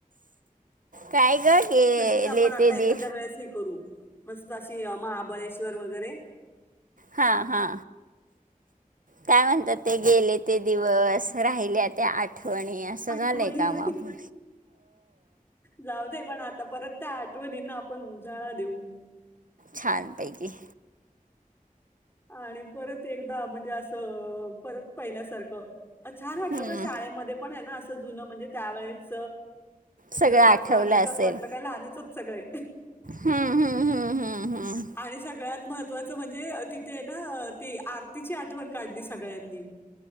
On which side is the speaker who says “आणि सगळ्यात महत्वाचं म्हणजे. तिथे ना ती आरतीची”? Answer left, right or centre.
Left